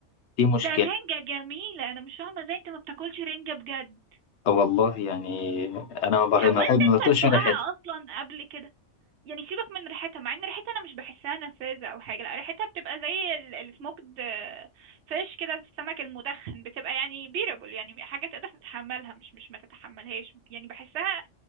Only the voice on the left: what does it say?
فيه مشكلة
والله يعني انا ما بحب
ما بحب- ما
بطيقش
ريحتها